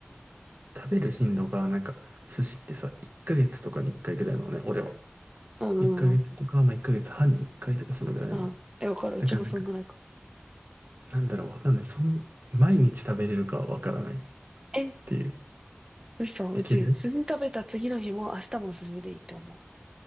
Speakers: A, on the right (about 50°); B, on the right (about 20°).
A: 食べる頻度が、なんか、寿司ってさ、1ヶ月とかに1回ぐらいなのね、俺は。
B: うんうんうん。
A: 1ヶ月とか、まあ1ヶ月半に1回とかそのぐらいなの。
B: うん。え、わかる。
A: だからなんか、
B: うちもそんぐらいか。
A: なんだろう、わかんない。そん、毎日食べれるかはわからないっ
B: え、
A: ていう。
B: 嘘、うち、
A: いける
B: 筋食べた次の日も明日も筋でいいって思う。